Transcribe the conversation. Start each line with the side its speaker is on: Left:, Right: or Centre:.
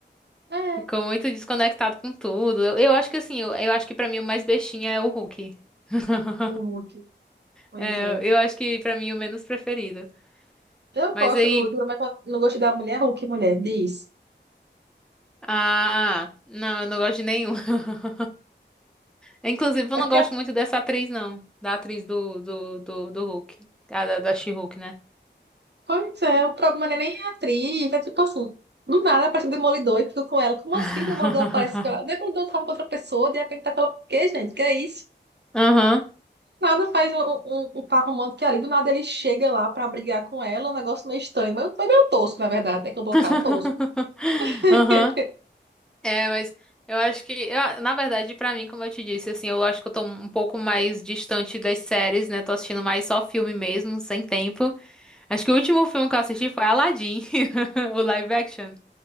Right: é,
Centre: Ficou muito desconectado com tudo. Eu, eu acho que assim, eu, eu acho que pra mim o mais bestinha é o Hulk. <laughs>
Right: o Hulk, pois
Centre: É,
Right: é.
Centre: eu acho que pra mim o menos preferido.
Right: Eu
Centre: Mas
Right: gosto
Centre: aí.
Right: do Hulk, mas eu não gostei da Mulher Hulk, mulher, diz.
Centre: Ah, não, eu não gosto de nenhum. <laughs> Inclusive, eu
Right: É
Centre: não
Right: porque,
Centre: gosto muito dessa atriz, não. Da atriz do, do, do, do Hulk. Ah, da, da She-Hulk, né?
Right: pois é, o problema não é nem a atriz, é tipo assim, do nada aparece o Demolidor e fica com ela. Como
Centre: <laughs>
Right: assim o Demolidor aparece com ela? O Demolidor tava com outra pessoa, de repente tá com ela. Por quê, gente? Que é isso?
Centre: Aham.
Right: Nada faz um, um, um um par romântico que ali do nada ele chega lá pra brigar com ela, um negócio meio estranho. Mas foi meio tosco, na verdade, né? Que eu vou
Centre: <laughs>
Right: falar tosco. <laughs>
Centre: Aham. É, mas eu acho que, eu- na verdade, pra mim, como eu te disse, assim, eu acho que eu tô um pouco mais distante das séries, né? Tô assistindo mais só filme mesmo, sem tempo. Acho que o último filme que eu assisti foi Aladdin, <laughs> o live action.